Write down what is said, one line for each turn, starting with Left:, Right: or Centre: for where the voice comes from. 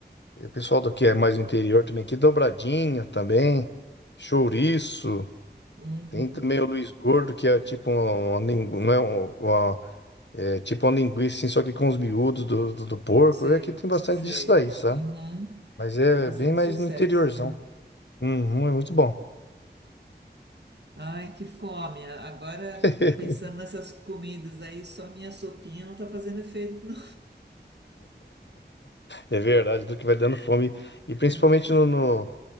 Left: E o pessoal do que é mais do interior também, aqui Dobradinha também, Chouriço,
Right: Hum.
Left: tem também o Luiz Gordo, que é tipo uma, lingu- não é um- uma, é tipo uma linguiça, assim, só que com os miúdos do, do, do porco.
Right: Sei,
Left: E Aqui tem bastante
Right: sei.
Left: disso daí, sabe?
Right: Uhum.
Left: Mas é
Right: Faz bastante
Left: bem mais
Right: sucesso,
Left: no interiorzão.
Right: né?
Left: Uhum, é muito bom.
Right: Ai, que fome. Agora,
Left: <laughs>
Right: pensando nessas comidas aí, só minha sopinha não tá fazendo efeito, não.
Left: É verdade, do que vai dando fome. E principalmente
Right: Uhum.
Left: no, no,